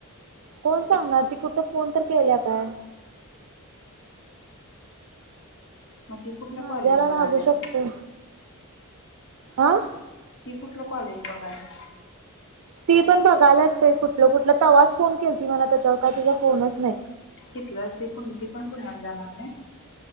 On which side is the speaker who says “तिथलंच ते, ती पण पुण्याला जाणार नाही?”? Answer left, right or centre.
Left